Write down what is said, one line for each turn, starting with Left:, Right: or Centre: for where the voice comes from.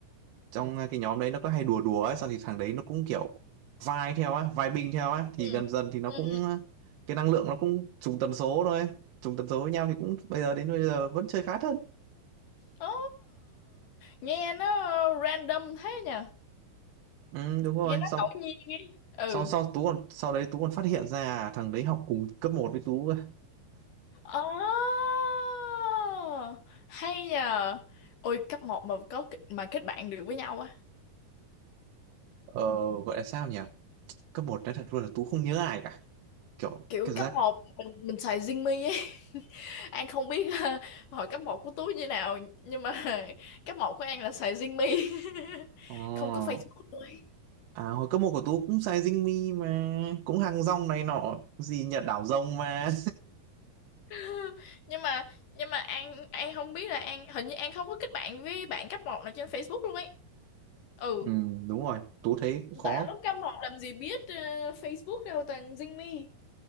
Right: trong cái nhóm đấy nó có hay đùa đùa ấy xong thì thằng đấy nó cũng kiểu vai theo á vai binh theo á thì
Left: ừ
Right: gần dần thì nó
Left: ừ
Right: cũng cái năng lượng nó cũng trùng tần số thôi trùng tần số với nhau thì cũng bây giờ đến bây giờ vẫn chơi khá thân
Left: Ồ, nghe nó random thế nhỉ
Right: ừ, đúng rồi
Left: nghe nó
Right: xong
Left: ngẫu nhiên ấy ừ
Right: sau sau tú còn sau đấy tú còn phát hiện ra thằng đấy học cùng cấp một với tú cơ.
Left: Oh, hay nhờ. Ôi cấp một mà có mà kết bạn được với nhau á.
Right: ờ gọi là sao nhỉ cấp một, nói thật luôn là tú không nhớ ai cả kiểu
Left: Kiểu
Right: cái cảm giác
Left: cấp một mình mình xài Zing ấy. <laughs> An không biết ờ, hồi cấp một của Tú như nào nhưng mà <laughs> cấp một của An là xài Zing <laughs>
Right: ờ
Left: Không có Facebook luôn ấy.
Right: à hồi cấp một của tú cũng sai dinh mi mà cũng hàng rong này nọ gì Nhật đảo rồng mà
Left: <laughs> Nhưng mà nhưng mà An An không biết là An hình như An không có kết bạn với bạn cấp một nào trên Facebook luôn ấy. Ừ,
Right: Ừ, đúng rồi, Tú thấy cũng khó.
Left: tại lúc cấp một làm gì biết ờ, Facebook đâu toàn Zing Me.